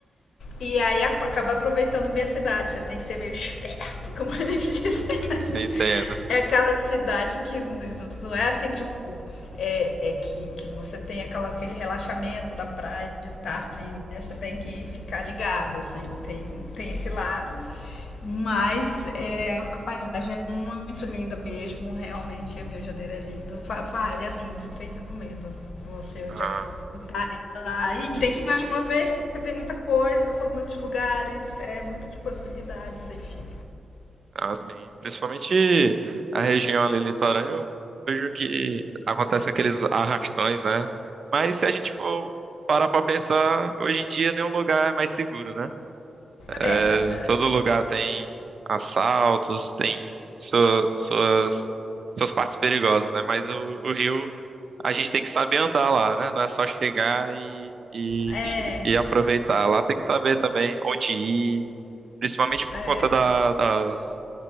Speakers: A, on the left; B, on the right.
A: E aí a- acaba aproveitando bem a cidade. Você tem que ser meio esperto, como eles <laughs> dizem, né?
B: <laughs> Entendo.
A: É aquela cidade que n- n- não é assim, tipo, é, é que, que você tem aquela, aquele relaxamento da praia de estar assim, né? Você tem que ficar ligado, assim, tem, tem esse lado. Mas é, a paisagem é muito linda mesmo, realmente o Rio de Janeiro é lindo. Vale, assim, super recomendo você um
B: Ah.
A: dia tá lá. E, e tem que ir mais uma vez, porque tem muita coisa, são muitos lugares, é muitas possibilidades, enfim.
B: Ah, sim. Principalmente a região ali litorânea, eu vejo que acontece aqueles arrastões, né? Mas se a gente for parar pra pensar, hoje em dia nenhum lugar é mais seguro, né? É,
A: É verdade.
B: Todo lugar tem assaltos, tem sua- suas, suas partes perigosas, né? Mas o, o Rio, a gente tem que saber andar lá, né? Não é só chegar e, e,
A: É,
B: e aproveitar. Lá tem que saber também onde ir, principalmente por
A: é,
B: conta da- das